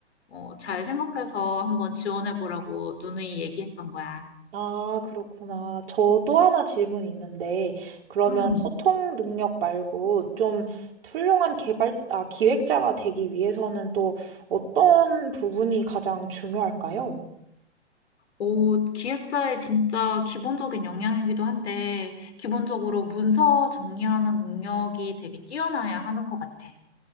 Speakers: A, on the left; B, on the right.
A: 어, 잘 생각해서 한번 지원해 보라고 누누이 얘기했던 거야.
B: 아, 그렇구나. 저 또 하나 질문 있는데, 그러면
A: 음.
B: 소통 능력 말고 좀 훌륭한 개발, 아, 기획자가 되기 위해서는 또 어떤 부분이 가장 중요할까요?
A: 어, 기획자의 진짜 기본적인 역량이기도 한데, 기본적으로 문서 정리하는 능력이 되게 뛰어나야 하는 것 같아.